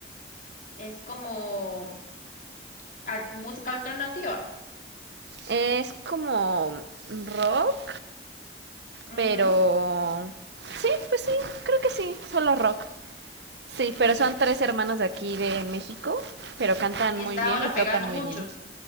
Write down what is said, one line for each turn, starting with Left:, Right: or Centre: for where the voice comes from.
Left: Es como al- música alternativa.
Right: Es como rock,
Left: Ujú.
Right: pero... Sí, pues sí, creo que sí, solo rock. Sí, pero son tres hermanos de aquí de México, pero cantan
Left: Y
Right: muy
Left: está
Right: bien
Left: ahora
Right: y tocan
Left: pegando
Right: muy
Left: mucho.
Right: bien.